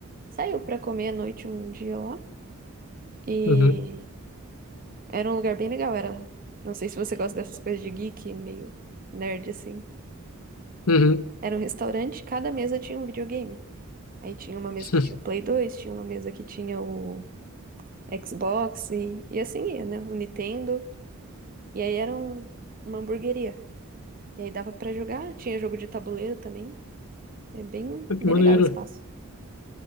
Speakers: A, on the right; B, on the left.
A: saiu pra comer à noite um dia lá e
B: Uhum,
A: era um lugar bem legal, era, não sei se você gosta dessas coisas de geek, meio nerd assim.
B: uhum.
A: Era um restaurante, cada mesa tinha um videogame. Aí tinha uma mesa
B: <laughs>
A: que tinha o Play 2, tinha uma mesa que tinha o Xbox e, e assim ia, né? O Nintendo. E aí era um- uma hamburgueria. E aí dava pra jogar, tinha jogo de tabuleiro também. É bem,
B: Ah,
A: bem
B: Que maneiro.
A: legal o espaço.